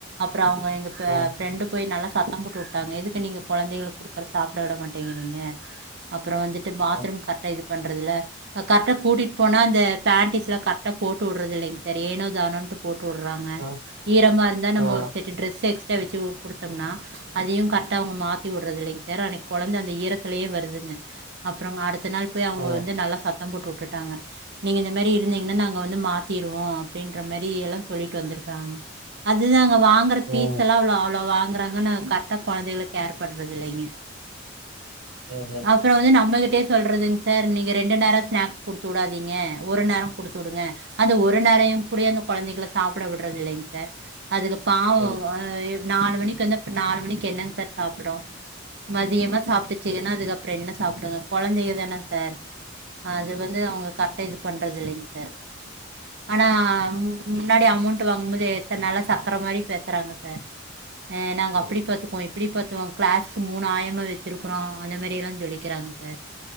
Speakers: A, on the right; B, on the right.
A: அப்ற அவங்க எங்க ப
B: ம்
A: ஃப்ரெண்டு போய் நல்லா சத்த போட்டு உட்டாங்க எதுக்கு நீங்க கொழந்தைகளுக் குடுக்ற சாப்ட விட மாட்டேங்கிறிங்க அப்ற வந்துட்டு பாத்ரூம்
B: ம்
A: கர்ட்டா இது பண்றதுல கர்ட்டா கூட்டிட் போனா அந்த பேண்டீஸ்ல கர்ட்டா போட்டு உட்றதில்லைங் சர் ஏனோ தானோன்டு போட் போற்றாங்க
B: ம்
A: ஈரமா இருந்தா நம்ம
B: ம்
A: ஒரு செட்டு ட்ரெஸ் சேக்ஸ்ட வெச்சி உ குடுத்தம்னா அதியு கர்ட்டா அவுங்க மாத்தி உட்றதில்லைங் சர் அன்னக்கி கொழந்த அந்த ஈரத்துலே வ வர்துங்க அப்றங்கு அடுத்த நாள் பே அவுங்க
B: ம்
A: வந்து நல்லா சத் தம் போட்டு வுட்டுட்டாங்க நீங்க இந்த மேரி இருந்தீங்னா நாங்க வந்து மாத்திருவோ அப்டின்ற மேரி எல்லா சொல்லிட்டு வந்திருக் காங்க அதுதாங்க வாங்கற ஃபீஸ்
B: ம் ம்
A: அல்லா அவ்ளோ அவ்ளோ வா ங்கறாங்க கர்ட்டா கொழந்தைகள கேர் பண்றதில்லைங்க
B: ம்
A: அப்ற வந்து நம்மகிட்டியே சொல்றதுங் சார் நீங்க ரெண்டு நேர ஸ்நாக்ஸ் குடுத்து வுடாதீங்க ஒரு நேர குடுத்தூடுங்க அந்த ஒரு நேரையுங் கூடியேந் கொழந்தைகள சாப்ட விட்றது இல்லைங் சார் அதுக பாவ
B: ம்
A: அ எ நாலு மணிக்கு வந்து அப்ற நாலு மணிக்கு என்னங் சார் சாப்டு மதியமா சாப்ட்டுச்சுகன்னா அதுக்கப்புறோ என்ன சாப்டுங்க கொழந்தைக தான சார் அது வந் து அவங்க கரெக்டா இது பண்றதில்லைங்க சார் ஆனா முன்னாடி அமௌண்ட் மட்டு வாங்கும்போது எத்தன நாளா சக்கர மாரி பேசுறாங்க சார் அ நாங்க
B: ம்
A: அப்டி பாத்துப்போ இப் டி பத்தும் கிளாஸ்க்கு மூணு ஆயமா வச்சிருக்கறோ அந்த மாரிலா சொல்லிக்கிறாங்க சார்